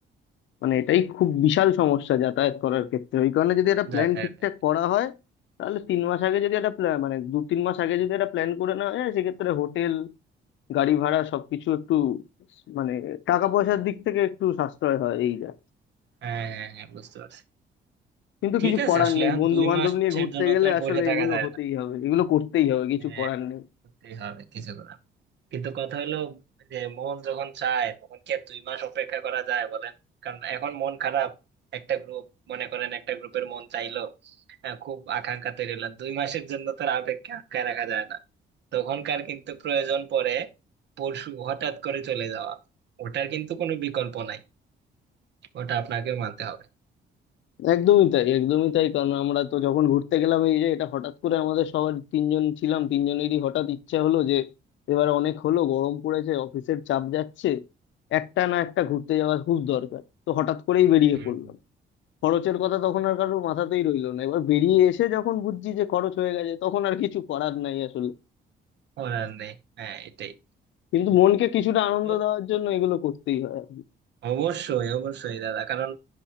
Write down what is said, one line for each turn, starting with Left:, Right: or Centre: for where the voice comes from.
Left: মানে এটাই খুব বিশাল সমস্যা যাতায়াত করার ক্ষেত্রে ওই কারণে যদি একটা প্ল্যান
Right: যাতায়াতের
Left: ঠিকঠাক করা হয় তাহলে তিন মাস আগে যদি একটা প্ল্যান মানে দু তিন মাস আগে যদি একটা প্ল্যান করে নেওয়া যায় সেক্ষেত্রে হোটেল গাড়ি ভাড়া সবকিছু একটু মানে টাকা পয়সার দিক থেকে একটু সাশ্রয় হয় এই যা
Right: হ্যাঁ হ্যাঁ হ্যাঁ বুঝতে পারছি
Left: কিন্তু
Right: ঠিক
Left: কিছু
Right: আছে
Left: করার
Right: আসলে
Left: নেই
Right: এখন
Left: বন্ধু
Right: দুই
Left: বান্ধব
Right: মাসের
Left: নিয়ে ঘুরতে
Right: জন্য
Left: গেলে
Right: তো আর
Left: আসলে
Right: বসে থাকা
Left: এগুলো
Right: যায়
Left: হতেই
Right: না
Left: হবে এগুলো করতেই হবে কিছু
Right: হ্যাঁ
Left: করার নেই
Right: করতেই হবে কিছু করে কিন্তু কথা হলো যে মন যখন চায় তখন কি আর দুই মাস অপেক্ষা করা যায় বলেন কারণ এখন মন খারাপ একটা গ্রুপ মনে করেন একটা গ্রুপের মন চাইলো আহ, খুব আকাঙ্ক্ষা তৈরি হলেন দুই মাসের জন্য তো আর আবেগকে আটকায় রাখা যায় না তখনকার কিন্তু প্রয়োজন পড়ে পরশু হঠাৎ করে চলে যাওয়া ওটার কিন্তু কোনো বিকল্প নাই ওটা আপনাকেও মানতে হবে
Left: একদমই তাই একদমই তাই কারণ আমরা তো যখন ঘুরতে গেলাম এই যে এটা হঠাৎ করে আমাদের সবার তিনজন ছিলাম তিনজনেরই হঠাৎ ইচ্ছা হলো যে এবার অনেক হলো গরম পড়েছে অফিসের চাপ যাচ্ছে একটা না একটা ঘুরতে যাওয়া খুব দরকার তো হঠাৎ করেই বেরিয়ে
Right: হুম।
Left: পড়লাম খরচের কথা তখন আর কারোর মাথাতেই রইলো না এবার বেরিয়ে এসে যখন বুঝছি যে খরচ হয়ে গেছে তখন আর কিছু করার নাই আসলে
Right: করার নেই হ্যাঁ এটাই
Left: কিন্তু মনকে কিছুটা আনন্দ
Right: তো
Left: দেওয়ার জন্য এগুলো করতেই হয়
Right: অবশ্যই অবশ্যই দাদা কারণ